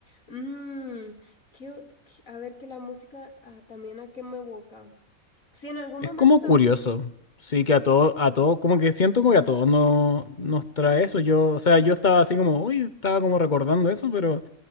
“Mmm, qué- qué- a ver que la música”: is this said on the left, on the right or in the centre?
Left